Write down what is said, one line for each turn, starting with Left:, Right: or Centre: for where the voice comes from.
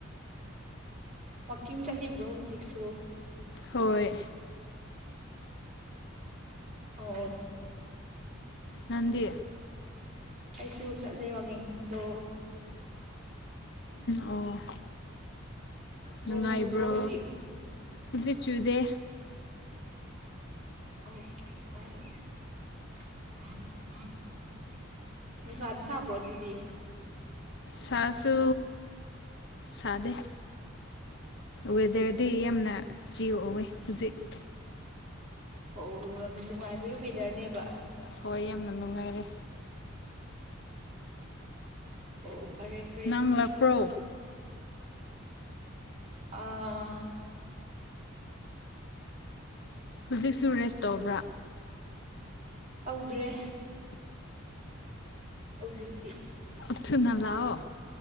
Right: ꯋꯥꯛꯀꯤꯡ ꯆꯠꯂꯤꯕ꯭ꯔꯣ ꯍꯧꯖꯤꯛꯁꯨ
Left: ꯍꯣꯏ
Right: ꯑꯣ
Left: ꯅꯪꯗꯤ
Right: ꯑꯩꯁꯨ ꯆꯠꯂꯦ ꯋꯥꯛꯀꯤꯡꯗꯣ
Left: ꯑꯣ ꯑꯣ
Right: ꯅꯣꯡ
Left: ꯅꯨꯡꯉꯥꯏꯕ꯭ꯔꯣ
Right: ꯆꯨꯕ꯭ꯔꯣ ꯍꯧꯖꯤꯛ
Left: ꯍꯧꯖꯤꯛ ꯆꯨꯗꯦ
Right: ꯑꯣ ꯅꯨꯡꯁꯥꯗꯤ ꯁꯥꯕ꯭ꯔꯣ ꯑꯗꯨꯗꯤ
Left: ꯁꯥꯁꯨ ꯁꯥꯗꯦ ꯋꯦꯗꯔꯗꯤ ꯌꯥꯝꯅ ꯆꯤꯔ ꯑꯣꯏꯋꯦ ꯍꯧꯖꯤꯛ
Right: ꯑꯣ ꯌꯥꯝꯅ ꯅꯨꯡꯉꯥꯏꯕꯒꯤ ꯋꯦꯗꯔꯅꯦꯕ
Left: ꯍꯣꯏ ꯌꯥꯝꯅ ꯅꯨꯡꯉꯥꯏꯔꯦ
Right: ꯑꯣ ꯐꯔꯦ ꯐꯔꯦ
Left: ꯅꯪ
Right: ꯑꯗꯨꯗꯤ
Left: ꯂꯥꯛꯄ꯭ꯔꯣ
Right: ꯑꯥ
Left: ꯍꯧꯖꯤꯛꯁꯨ ꯔꯦꯁ ꯇꯧꯕ꯭ꯔ
Right: ꯇꯧꯗ꯭ꯔꯦ ꯍꯧꯖꯤꯛꯇꯤ
Left: ꯑ ꯊꯨꯅ ꯂꯥꯛꯑꯣ